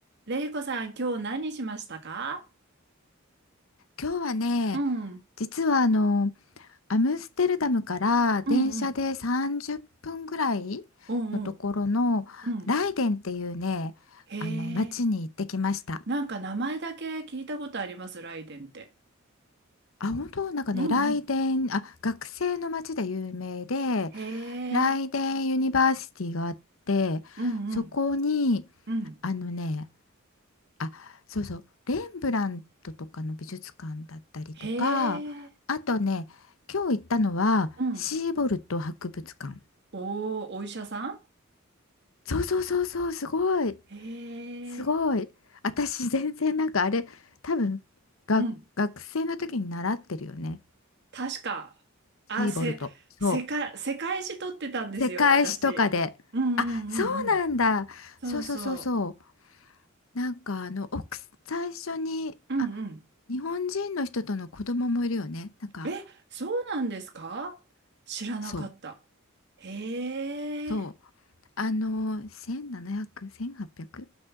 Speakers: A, on the right; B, on the left.
A: れいこさん、今日何しましたか
B: 今日はね、
A: うん、うん
B: 実はあの、アムステルダムから電車で30分ぐらいのところのライデンっていうね、
A: うん、うんうん、うん。へえ、
B: あの町に行ってきました。
A: なんか名前だけ聞いたことあります、ライデンって。
B: あ、本当なんかね、
A: うんうん。
B: ライデン、あ、学生の町で有名で、
A: へえ、
B: ライデンユニバーシティがあって、
A: うんうん、
B: そこに、
A: うん。
B: あのね、あ、そうそう、レンブラントとかの美術館だったりとか、
A: へえ、
B: あとね、今日行ったのはシーボルト博物館。
A: うん。おお、お医者さん
B: そうそうそうそう、すごい、
A: へ
B: すごい。
A: え、
B: 私全然なんかあれ、多分が学生の時に習ってるよね。
A: うん。確か、
B: シーボルト。
A: あ、せ、
B: そう。
A: 世界、世界史取ってたんですよ、
B: 世界史とかで。
A: 私。うんうんうんうん。
B: あ、そうなんだ。
A: そうそ
B: そうそうそうそう。なんかあの、奥最初に、
A: う。うんうん。
B: あ、日本人の人との子供もいるよね。なんか、
A: え、そうなんですか知らなかった。
B: そう。
A: へえ、
B: そう。あのー、1700、1800?